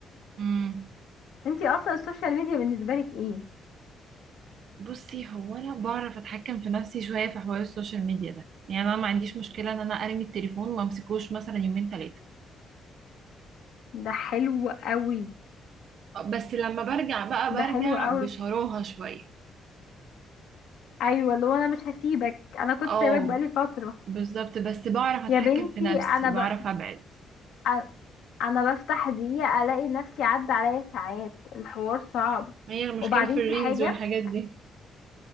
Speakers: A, on the right; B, on the left.
A: امم
B: انتي اصلا السوشيال ميديا بالنسبه لك ايه
A: بصي هو انا بعرف اتحكم في نفسي شويه في حوار السوشيال ميديا ده يعني انا ما عنديش مشكله ان انا ارمي التليفون وما امسكوش مثلا يومين ثلاثه
B: ده حلو قوي
A: بس لما برجع بقى برجع
B: ده حلو قوي
A: بشراهه شويه
B: ايوه اللي هو انا مش هسيبك انا كنت
A: اه
B: سايبك بقالي فتره
A: بالظبط بس بعرف اتحكم
B: يا بنتي
A: في نفسي
B: انا
A: بعرف
B: ب...
A: ابعد
B: أ- انا بفتح دقيقه الاقي نفسي عدى عليا ساعات الحوار صعب
A: هي المشكلة
B: وبعدين
A: في الريلز
B: في حاجه
A: والحاجات دي